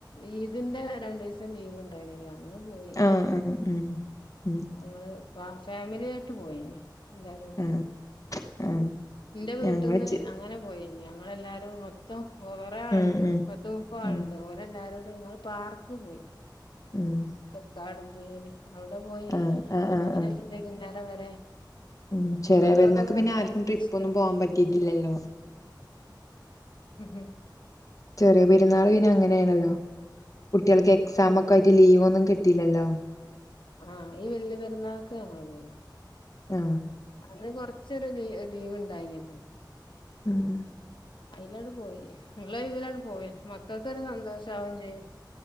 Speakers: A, on the left; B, on the left.
A: ഈദിന്റെ രണ്ട് ദിവസം ലീവ്ണ്ടായിനല്ലോ ങ്ങൾ പോയി
B: ആഹ് ആഹ് ഉം ഉം
A: ഞങ്ങള് ഫാ ഫാമിലിയായിട്ട് പോയി എല്ലാരൂടിയും
B: ആഹ് ആഹ്
A: ന്റെ വീട്ടിൽന്ന്
B: ഞങ്ങള് ചെ
A: അങ്ങനെ പോയി ഞങ്ങളെല്ലാരും മൊത്തം കുറേ ആൾണ്ട്
B: ഉം ഉം
A: പത്തുമുപ്പ ആളുണ്ട്
B: ഉം
A: ഓലെല്ലാരും ങ്ങൾ പാർക്ക് പോയി
B: ഉം
A: കക്കാടുംപുയൽ അവിടെ പോയി
B: ആഹ് ആഹ്
A: രാവിലെ
B: ആഹ് ആഹ്
A: തൽച്ച് വൈകുന്നേരം വരെ
B: ഉം ചെറിയ
A: മക്കക്കൊക്കെ
B: പെരുന്നാക്ക്
A: നല്ല
B: പിന്നെ ആർക്കും ട്രിപ്പൊന്നും
A: ഇഷ്ട
B: പോകാൻ
A: ആഹഹ്
B: പറ്റിയിട്ടില്ലല്ലോ
A: ഹ്
B: ചെറിയ പെരുന്നാൾ പിനെ അങ്ങനെയാണല്ലോ കുട്ടികൾക്ക് എക്സാമൊക്കെ
A: ആഹ്
B: ആയിട്ട് ലീവൊന്നും കിട്ടില്ലല്ലോ
A: ആ ഈ വല്യ പെരുന്നാൾക്ക് ഞങ്ങള് പോയി
B: ആ
A: അതിന് കൊറച്ചൊരു ലീ ലീവ്ണ്ടായിന്യല്ലോ.
B: ഊം
A: യിലടെ പോയി. ഇള്ളെ ഒയിവിലട് പോയി മക്കൾക്കൊരു സന്തോഷാവും ചെയ്യും.